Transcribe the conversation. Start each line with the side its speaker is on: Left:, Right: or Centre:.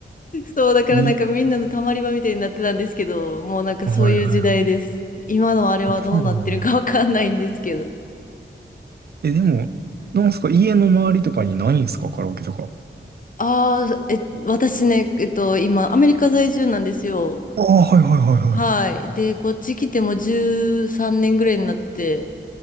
Left: そう、だからなんかみんなのたまり場みたいになってたんですけど、
Right: に。
Left: もうなんかそういう時代です。
Right: <laughs> あはいはいはい。
Left: 今のあれはどうなってるかわかんないんですけど。
Right: そうんえ、でも、なんすか、家の周りとかにないんすか、カラオケとか。
Left: ああ、え、私ね、えっと、今、アメリカ在住なんですよ。
Right: ああ、はいはいはいは
Left: はい。で、こっち来てもう13年ぐらいになって、